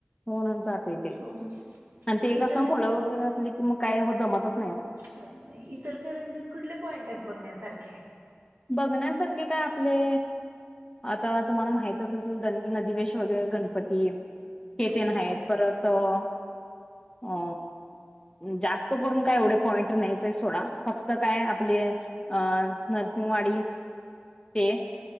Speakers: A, on the left; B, on the right.
A: होऊन जाते ते
B: हो
A: आणि ते
B: इचल
A: कस मुल वगैरे असले की मग काय हो जमत च
B: होत नाही इतलकर रंजीित कुठले पॉइंट आहेत बघण्यासारखे.
A: बघण्यासारखे काय आपले. आता तुम्हाला माहितच असेल नदीवेश वगैरे गणपती. हे तीन
B: हम्म
A: आहेत परत अ जास्त करून काय एवढे पॉईंट नाहीचय सोडा फक्त काय आपले अ नरसिंंगवाडी ते